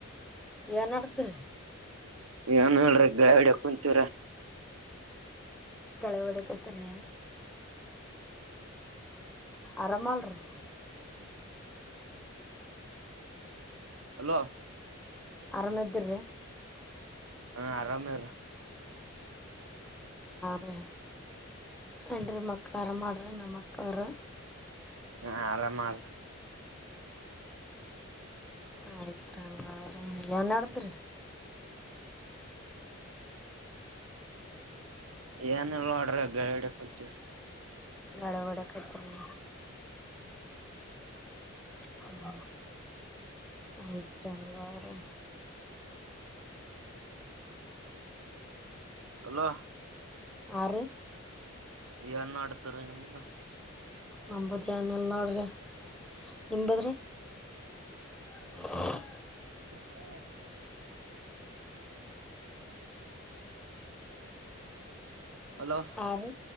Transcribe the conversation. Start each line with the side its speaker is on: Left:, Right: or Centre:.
Centre: ಏನ್ಡದ್ರಿ.
Right: ಏನ್ ಹೇಳ್ರಿ ಗಾಡ್ಯಾಗ್ ಕುಂತೀವ್ರ.
Centre: ಗಳ್ಯ ಹೊಡೆಕೈತರಿ ಆರಾಮ ಅಲ್ರೀ.
Right: ಹಲೋ
Centre: ಆರ ಮಧ್ಯಿನೆ
Right: ಹಾ ಆರಾಮೇರು
Centre: ಹೇ ಅಂಡ್ರ ಮಕ್ಳುರ ಮಾಡ್ರಿ ನಮ್ಮಕ್ಕವರು
Right: ಹ ಆರಾಮಾರ
Centre: ಆಯ್ತ್ ಏನ್ ಮಾಡಡದ್ರಿ
Right: ಏನಲ್ಲೋಡ್ರ ಗಡೆ ಕುಂಚ
Centre: ಗಡಗಡ ಕತರಿ ಹ್ಮ ಐತ್ರಿ ಹಂಗಾರ. <inaudible>
Right: ಹಲೋ
Centre: ಆರಿ
Right: ಏನ್ ನಡದ್ರಿ ನಿಮ್ಮದ.
Centre: ನಮ್ಮದ್ ಎನ್ ಇಲ್ ನೋಡ್ರಿ ನಿಮ್ಮದ್ರಿ. <inaudible>
Right: ಹ್ಮ ಅಲೋ
Centre: ಆರಿ